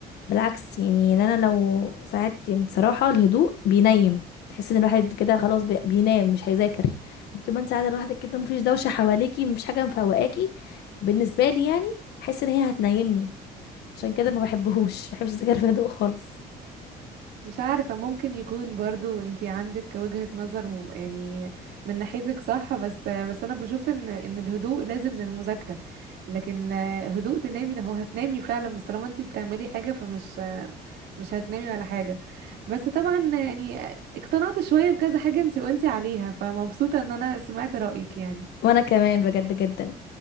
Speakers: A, on the left; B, on the right.
A: بالعكس يعني إن انا لو ساعات يعني صراحة الهدوء بينيم تحس ان الواحد كده خلاص بي- بينام مش هيذاكر يعني طول ما انت قاعدة لوحدك كده مفيش دوشة حواليكي مفيش حاجة مفوقاكي بالنسبة لي يعني احس ان هي هتنيمني عشان كده ما بحبهوش ما بحبش اذاكر في هدوء خالص
B: مش عارفة ممكن يكون برضو انتي عندك وجهة نظر م- يعني من ناحيتك صح بس بس انا بشوف ان ان الهدوء لازم للمذاكرة لكن آه، هدوء تنامي ده هو هتنامي فعلا بس طالما انتي بتعملي حاجة فمش مش هتنامي ولا حاجة بس طبعا يعني اقتنعت شوية بكذا حاجة انتي قلتي عليها فمبسوطة ان انا سمعت رأيك يعني
A: وانا كمان بجد جدا